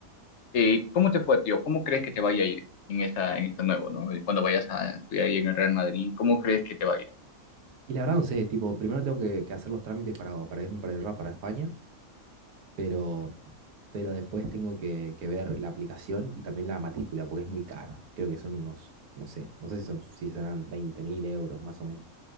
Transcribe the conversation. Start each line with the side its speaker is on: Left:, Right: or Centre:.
Left: eh, ¿cómo te fue a ti o cómo crees que te vaya a ir en esta, en esta nuevo, ¿no? Y Cuando vayas a estudiar ahí en el Real Madrid, ¿cómo crees que te va a ir?
Right: Y la verdad no sé, tipo, primero tengo que, que hacer los trámites para, para irme para el RAP para España, pero, pero después tengo que, que ver la aplicación y también la matrícula porque es muy cara. Creo que son unos, no sé, no sé si son, si serán veinte mil euros más o menos.